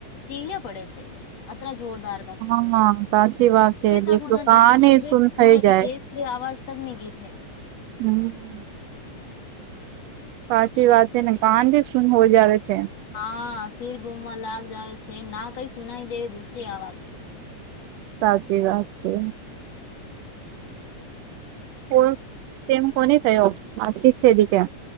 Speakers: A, on the left; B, on the right.
A: ચીલે પડે છે અત્ર જોરદાર. તા છે.
B: હા સાચી વાત છે
A: એ
B: દેખલો
A: હોના દી
B: કાને
A: સુબે
B: સુન થઈ
A: હોના
B: જાય
A: કી બેસ જે આવાજ તક ની ગીથે.
B: હમ્મ. સાચી વાત છે ને કાન જે શુંન હો જાવે છે.
A: હા, ફિર ગુમવા લાગ જ આવે છે ના કઈ સુનાઈ દે દુસરી અવાજ.
B: સાચી વાત છે. કો તેમ કોની થયો આ છેદી કે.